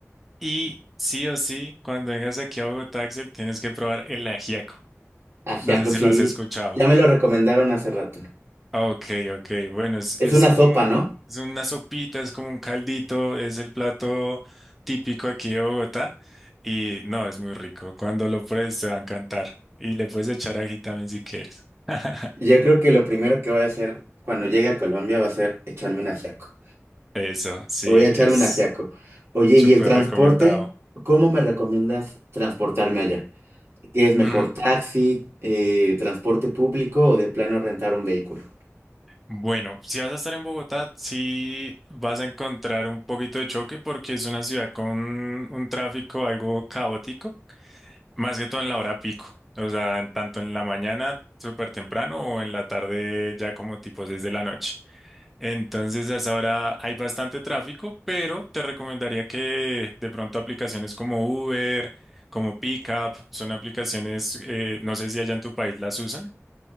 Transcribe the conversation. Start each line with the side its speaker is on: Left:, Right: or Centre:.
Centre: Y sí o sí, cuando vengas aquí a Bogotá, Axel, tienes que probar el ajiaco.
Right: Ajiaco,
Centre: No sé si
Right: sí,
Centre: lo has escuchado.
Right: ya me lo recomendaron hace rato.
Centre: Ok, ok. Bueno, es,
Right: Es
Centre: es
Right: una
Centre: como
Right: sopa,
Centre: un-
Right: ¿no?
Centre: es una sopita, es como un caldito, es el plato típico aquí de Bogotá. Y no, es muy rico. Cuando lo pruebes te va a encantar. Y le puedes echar ají también si quieres. <laughs>
Right: Yo creo que lo primero que voy a hacer cuando llegue a Colombia va a ser echarme un ajiaco.
Centre: Eso, sí,
Right: Voy a echarme
Centre: es
Right: un ajiaco. Oye,
Centre: súper
Right: ¿y el transporte?
Centre: recomendado.
Right: ¿Cómo me recomiendas transportarme allá? ¿Qué es mejor,
Centre: Mm,
Right: taxi, eh, transporte público o de plano rentar un vehículo?
Centre: Bueno, si vas a estar en Bogotá, sí vas a encontrar un poquito de choque porque es una ciudad con un tráfico algo caótico, más que todo en la hora pico, o sea, en tanto en la mañana súper temprano o en la tarde ya como tipo desde la noche. Entonces, a esa hora hay bastante tráfico, pero te recomendaría que de pronto aplicaciones como Uber, como Pickup, son aplicaciones, eh, no sé si allá en tu país las usan.